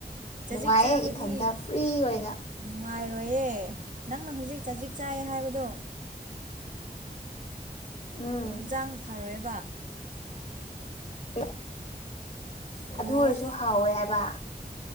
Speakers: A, on the right (about 55°); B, on the left (about 45°).
A: ꯆꯖꯤꯛ
B: ꯅꯨꯡꯉꯥꯏꯌꯦ
A: ꯆꯥꯕꯗꯤ
B: ꯏꯊꯟꯇ ꯐ꯭ꯔꯤ ꯑꯣꯏꯅ
A: ꯅꯨꯡꯉꯥꯏꯔꯣꯏꯌꯦ ꯅꯪꯅ ꯍꯧꯖꯤꯛ ꯆꯖꯤꯛ ꯆꯥꯏꯌꯦ ꯍꯥꯏꯕꯗꯣ
B: ꯎꯝ
A: ꯍꯛꯆꯥꯡ ꯐꯔꯣꯏꯌꯦꯕ
B: ꯑꯦ
A: ꯑꯣ
B: ꯑꯗꯨ ꯑꯣꯏꯔꯁꯨ ꯍꯥꯎꯋꯦ ꯍꯥꯏꯕ